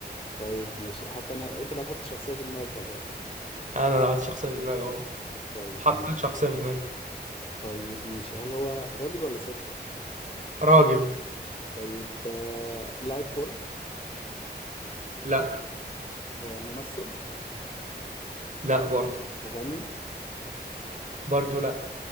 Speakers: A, on the left; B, on the right.
A: طيب ماشي احط انا انت اللي هتحط شخصية في دماغك بقى يلا
B: انا لعبت شخصية في دماغي اهو
A: طيب
B: حطيت
A: ماشي
B: شخصية في دماغي
A: طيب ماشي هل هو راجل ولا ست
B: راجل
A: طيب آه... لاعب كورة
B: لا
A: آه... ممثل
B: لا برضه
A: مغني
B: برضه لا